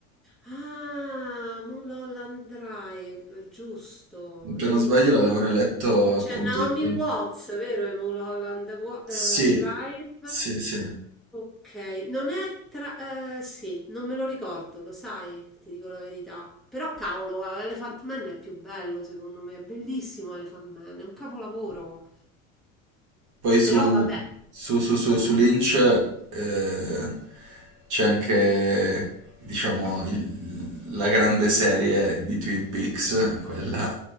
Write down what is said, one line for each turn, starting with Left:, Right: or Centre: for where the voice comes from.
Centre: Ah, Mulholland Drive, giusto,
Right: Se non
Centre: giusto.
Right: sbaglio l'avevano eletto
Centre: C'è
Right: appunto
Centre: Naomi
Right: i film.
Centre: Watts, vero? E Mulholland Wa- eh,
Right: Sì,
Centre: Drive.
Right: sì, sì.
Centre: Ok, non è tra... eh, sì, non me lo ricordo, lo sai, ti dico la verità. Però cavolo, Elephant Man è più bello, secondo me, è bellissimo Elephant Man, è un capolavoro.
Right: Poi su,
Centre: Però vabbè,
Right: su, su, su, su Lynch eh, c'è anche, diciamo, il- la grande serie di Twin Peaks, quella